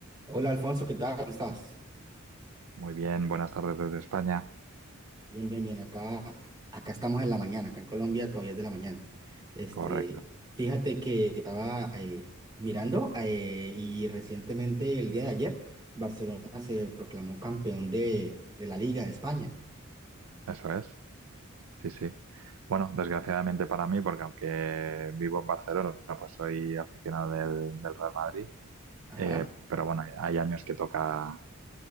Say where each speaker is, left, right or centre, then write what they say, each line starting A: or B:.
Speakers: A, on the right; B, on the right.
A: Hola Alfonso, ¿qué tal? ¿Cómo estás?
B: Muy bien, buenas tardes desde España.
A: Bien, bien, bien. Acá, acá estamos en la mañana, acá en Colombia todavía es de la mañana. Este,
B: Correcto,
A: fíjate que estaba eh, mirando eh, y recientemente, el día de ayer, Barcelona se proclamó campeón de, de la Liga de España.
B: eso es. Sí, sí. Bueno, desgraciadamente para mí, porque aunque vivo en Barcelona, pues soy aficionado del, del Real Madrid.
A: Ajá,
B: Eh, pero bueno, hay años que toca,